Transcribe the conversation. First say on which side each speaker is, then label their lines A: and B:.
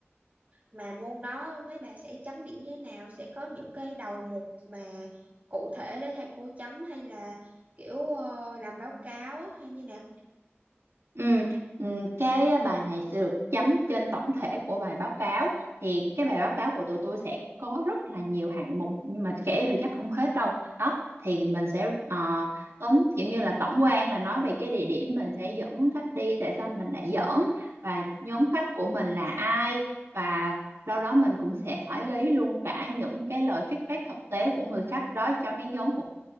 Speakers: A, on the right (about 35°); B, on the right (about 80°).
A: mà môn đó mấy bà sẽ chấm điểm như thế nào sẽ có những cái đầu mục mà cụ thể để thầy cô chấm hay là kiểu ờ, làm báo cáo hay như nào
B: Ừ, ừ, cái bài này sẽ được chấm trên tổng thể của bài báo cáo thì cái bài báo cáo của tụi tôi sẽ có rất là nhiều hạng mục nhưng mà kể thì chắc không hết đâu đó thì mình sẽ ờ, tóm kiểu như là tổng quan là nói về cái địa điểm mình sẽ dẫn khách đi tại sao mình lại dẫn và nhóm khách của mình là ai và đâu đó mình cũng sẽ phải lấy luôn cả những cái lời feedback thực tế của người khách đó cho cái nhóm của